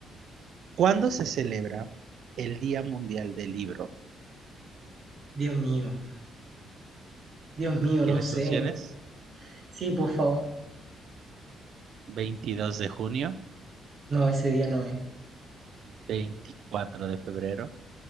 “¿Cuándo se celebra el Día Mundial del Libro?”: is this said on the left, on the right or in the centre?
Right